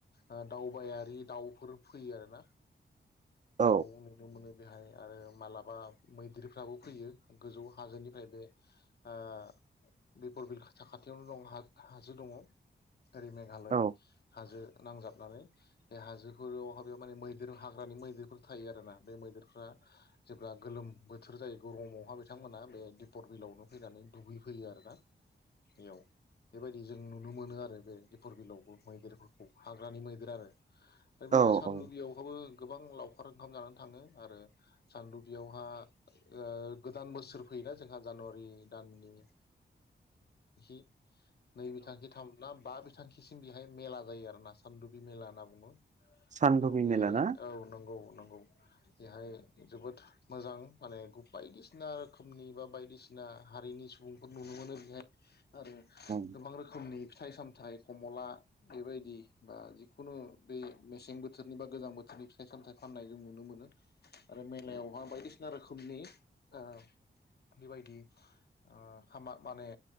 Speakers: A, on the left; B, on the right.
A: ओ दावबायारि दाउफोर फैयो आरो ना
B: औ
A: दाउ नुनो मोनो बेहाय आरो मालाबा मैदेरफ्राबो फैयो गोजौ हाजोनिफ्राय बे ओ दिफरबिल साखाथियावनो दं हाजो दङ <unintelligible> <unintelligible>
B: औ
A: हाजो नांजाब नानै बे हाजोफोरावह बेयाव माने मैदेर हाग्रानि मैदेरफोर थायो आरोना बे मैदेरफ्रा जेब्ला गोलोम बोथोर जायो गरमावहााय बिथांमोना बे दिपर बिलआवनो फैनानै दुगैफैयो आरोना बेयाव बेबायदि जों नुनो मोनो आरो बे दिफर बिलआवबो मैदेरफोरखौ हाग ग्रानि मैदेर आरो
B: औ
A: बिदिनो सानदुगियावहाबो
B: औ
A: गोबां लावखार ओंखाम जानानै थाङो आरो सान्दुबियावहा ओ गोदान बोसोर फैयोना जोंहा जानुवारि दाननि <unintelligible>
B: <inaudible>
A: नै बिथांखि थाम ना बा बिथांखिसिम बेहाय मेला जायो आरो ना सान्दुबि मेला होनना बुङो।
B: सानदुबि
A: औ बेहाय
B: मेला ना
A: औ नंगौ नंगौ बेहाय जोबोद मोजां माने बायदिसिना रोखोमनि बा बायदिसिना हारिनि सुबुंफोर नुनो मोनो बेहाय आरो
B: औ
A: गोबां रोखोमनि फिथाइ सामथाइ खमला बेबायदि बा जिखुनु बे मेसें बोथोरनि बा गोजां बोथोरनि फिथाइ सामथायाइ फाननाय जों नुनो मोनो। आरो मेलायावहा बायदिसिना रोखोमनि ओ बेबायदि ओ खामा माने